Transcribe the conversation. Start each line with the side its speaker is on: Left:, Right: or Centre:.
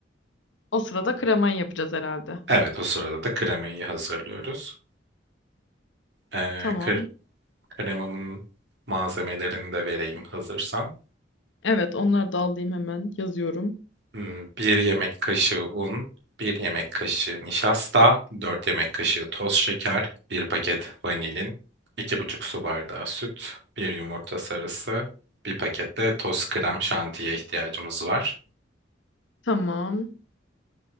Left: O sırada kremayı yapacağız herhalde.
Right: Evet, o sırada da kremayı hazırlıyoruz. Ee,
Left: Tamam.
Right: kre- kremamın malzemelerini de vereyim hazırsan.
Left: Evet onları da alayım hemen. Yazıyorum.
Right: Hmm, Bir yemek kaşığı un, bir yemek kaşığı nişasta, 4 yemek kaşığı toz şeker, bir paket vanilin, iki buçuk su bardağı süt, bir yumurta sarısı, bir paket de toz krem şantiye ihtiyacımız var.
Left: Tamam.